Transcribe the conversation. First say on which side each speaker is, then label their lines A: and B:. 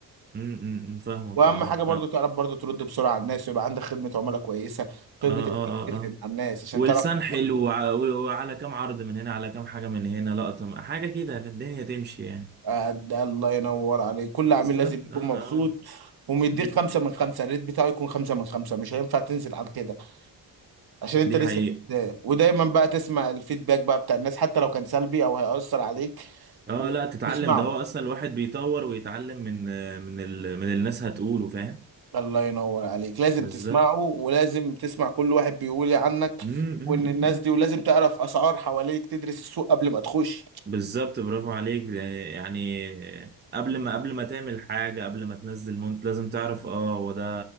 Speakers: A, on the right; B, on the right.
A: م- م- م، فاهمك
B: واهم
A: والله
B: حاجه
A: فاهم
B: برضو تعرف برضو ترد بسرعه على الناس ويبقى عندك خدمه عملاء كويسه
A: اه
B: خدمه
A: اه
B: عملاء تفرق
A: اه اه
B: مع الناس عشان
A: ولسان
B: تعرف تتفاهم.
A: حلو وع- وعلى كام عرض من هنا على كام حاجة من هنا لقطة م- حاجة كده في الدنيا تمشي يعني
B: آه، ده الله ينور عليك كل
A: بالظبط
B: عميل لازم يكون
A: اه
B: مبسوط
A: اه
B: ومديك
A: م.
B: خمسة من خمسة الريت بتاعه يكون خمسة من خمسة مش هينفع تنزل عن كده عشان انت
A: دي
B: لسه
A: حقيقة
B: في البدايه ودايما بقى تسمع الفيدباك بقى بتاع الناس حتى لو كان سلبي او هيأثر عليك
A: اه
B: وتسمعه
A: لا تتعلم ده هو اصلا الواحد بيطور ويتعلم من من ال... من الناس هتقوله فاهم
B: الله ينور عليك لازم
A: بالظبط
B: تسمعه ولازم تسمع كل واحد بيقول إيه عنك
A: م- م-
B: وان
A: م-
B: الناس دي
A: م.
B: ولازم تعرف اسعار حواليك تدرس السوق قبل ما تخش
A: بالظبط برافو عليك يعني قبل ما قبل ما تعمل حاجة قبل ما تنزل مونت لازم تعرف اه هو ده